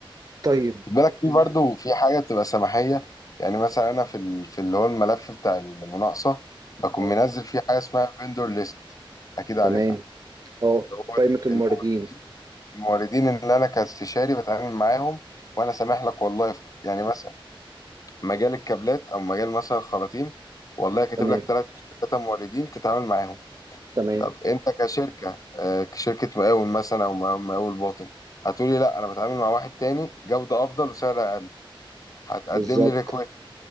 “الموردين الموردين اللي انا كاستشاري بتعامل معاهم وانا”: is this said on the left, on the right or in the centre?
Left